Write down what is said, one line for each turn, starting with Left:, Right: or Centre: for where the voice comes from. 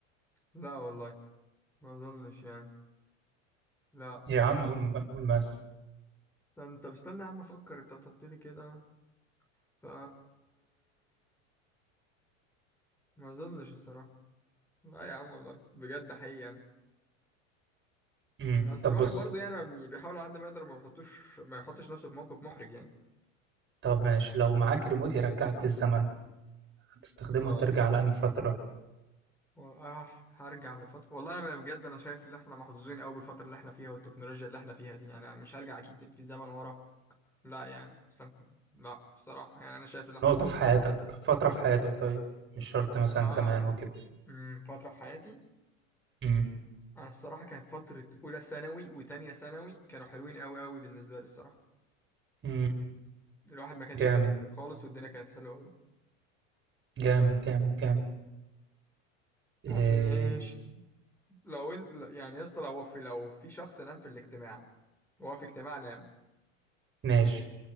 Centre: لا والله ما أظنش يعني لا
Right: يا عم قول قول بس
Centre: استنى طب استنى يا عم أفكر أنت بتحط لي كده ف ما أظنش الصراحة لا يا عم والله بجد حقيقي يعني
Right: امم
Centre: بس
Right: طب
Centre: الواحد
Right: بص
Centre: برضه يعني بيحاول على قد ما يقدر ما بيحطوش ما يحطش نفسه في موقف محرج يعني
Right: طب ماشي لو معاك ريموت يرجعك بالزمن هتستخدمه
Centre: اه
Right: ترجع لأنهي فترة
Centre: آه، هرجع لفترة والله أنا بجد أنا شايف إن إحنا محظوظين أوي بالفترة اللي إحنا فيها والتكنولوجيا اللي إحنا فيها دي يعني أنا مش هرجع أكيد في زمن ورا لا يعني أصلا لا الصراحة يعني أنا شايف إن إحنا
Right: نقطة
Centre: كنا
Right: في حياتك فترة في حياتك طيب مش شرط مثلا
Centre: آه
Right: زمان وكده
Centre: أمم، فترة في حياتي
Right: امم
Centre: أنا الصراحة كانت فترة أولى ثانوي وتانية ثانوي كانوا حلوين أوي أوي بالنسبة لي الصراحة
Right: امم
Centre: الواحد ما كانش
Right: جامد
Centre: بيذاكر خالص والدنيا كانت حلوة أوي
Right: جامد جامد جامد
Centre: طب
Right: إيه
Centre: ماشي لو انت يعني يا اسطى لو في لو في شخص نام في الاجتماع هو في اجتماع نام
Right: ماشي